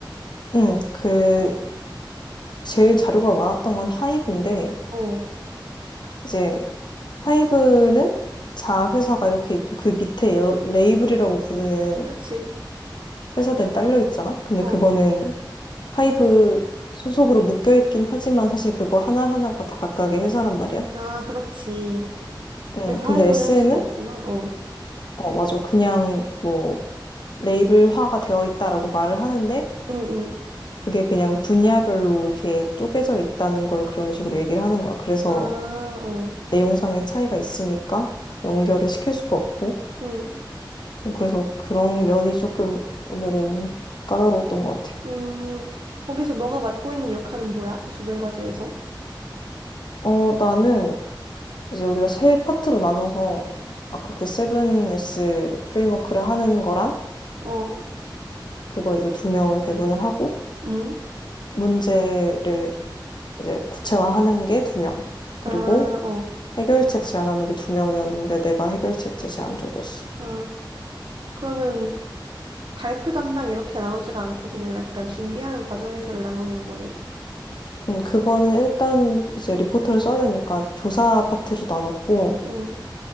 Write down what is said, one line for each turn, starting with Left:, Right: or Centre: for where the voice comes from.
Left: 음, 그 제일 자료가 많았던 건 하이브인데
Right: 어,
Left: 이제 하이브는 자회사가 이렇게 있고 그 밑에 여- 레이블이라고 부르는
Right: 그치?
Left: 회사들이 딸려 있잖아. 근데
Right: 어,
Left: 그거는
Right: 어.
Left: 하이브 소속으로 묶여 있긴 하지만 사실 그거 하나하나가 다 각각의 회사란 말이야.
Right: 아, 그렇지.
Left: 음,
Right: 그래서 하이브를
Left: 근데 SM은
Right: 할 수가 없구나. 어.
Left: 어, 맞아. 그냥 뭐 레이블화가 되어 있다라고 말을 하는데
Right: 응, 응.
Left: 그게 그냥 분야별로 이렇게 쪼개져 있다는 걸 그런 식으로 얘기를 하는 거야. 그래서
Right: 아, 어.
Left: 내용상의 차이가 있으니까 연결을 시킬 수가 없고
Right: 응.
Left: 어, 그래서 그런 면이 조금 오늘은 까다로웠던 것 같아.
Right: 음, 거기서 너가 맡고 있는 역할은 뭐야? 그 조별과제에서?
Left: 어 나는 이제 우리가 세 파트로 나눠서 아까 그 7S 프레임워크를 하는 거랑
Right: 어.
Left: 그걸 이제 두 명을 배분을 하고
Right: 응?
Left: 문제를 이제 구체화하는 게 두 명, 그리고
Right: 아, 어.
Left: 해결책 제안하는 게 두 명이었는데 내가 해결책 제시한 쪽이었어.
Right: 아, 그러면 발표 담당 이렇게 나오지가 않고 그냥 약간 준비하는 과정에서를 나눠 놓은 거네?
Left: 음, 그거는 일단 이제 리포트를 써야 되니까 조사 파트를 나눴고
Right: 응.